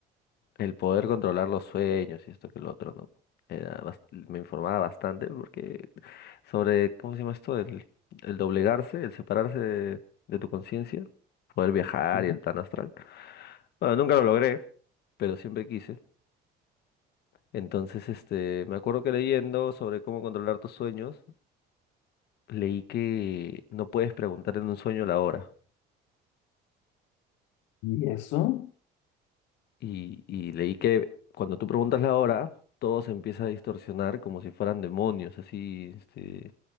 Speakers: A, on the left; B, on the left.
A: El poder controlar los sueños y esto que lo otro, ¿no? Era bas- me informaba bastante porque sobre, ¿cómo se llama esto? El, el doblegarse, el separarse de, de tu conciencia, poder viajar
B: Ujú.
A: y el plan astral. Bueno, nunca lo logré, pero siempre quise. Entonces, este, me acuerdo que leyendo sobre cómo controlar tus sueños, leí que no puedes preguntar en un sueño la hora.
B: ¿Y eso?
A: Y, y leí que cuando tú preguntas la hora, todo se empieza a distorsionar como si fueran demonios, así, este,